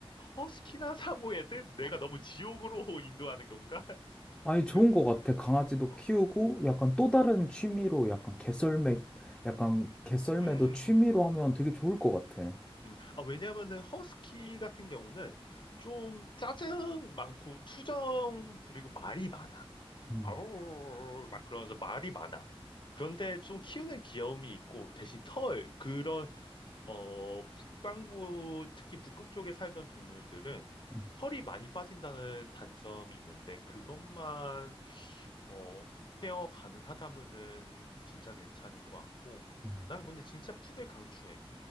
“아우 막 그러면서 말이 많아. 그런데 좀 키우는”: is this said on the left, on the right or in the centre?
Left